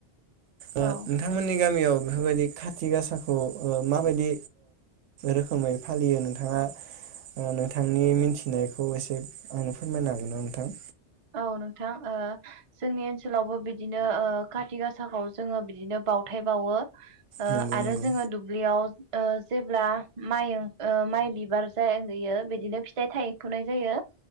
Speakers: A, on the right; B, on the right.
A: औ
B: ओ नोंथांमोननि गामियाव बेफोरबायदि खाथि गासाखौ माबायदि रोखोमै फालियो नोंथाङा नोंथांनि मिथिनायखौ एसे आंनो फोरमायनो हागोनना नोंथां?
A: औ नोंथां ओ जोंनि ओनसोलावबो बिदिनो ओ खाथि गासाखौ जोङो बिदिनो बावथाय बावो। ओ
B: नंगौ
A: आरो
B: नंगौ
A: जोङो दुब्लियाव। ओ जेब्ला माइ ओ माइ बिबार जायो बिदिनो फिथाइ थाइफुनाय जायो।